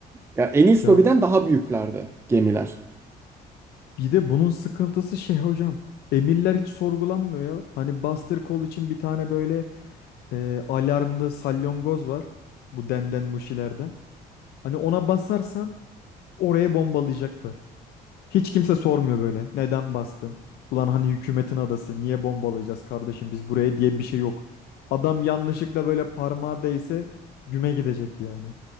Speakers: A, on the right; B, on the left.
A: Ya Enies
B: Ya
A: Lobby'den daha büyüklerdi gemiler.
B: Bir de bunun sıkıntısı şey hocam. Emirler hiç sorgulanmıyor ya. Hani Buster Call için bir tane böyle e, alarmlı salyongoz var. Bu denden muşilerden. Hani ona basarsan oraya bombalayacaklar. Hiç kimse sormuyor böyle. Neden bastın? Ulan hani hükümetin adası niye bombalayacağız kardeşim biz buraya diye bir şey yok. Adam yanlışlıkla böyle parmağı değse güme gidecek yani.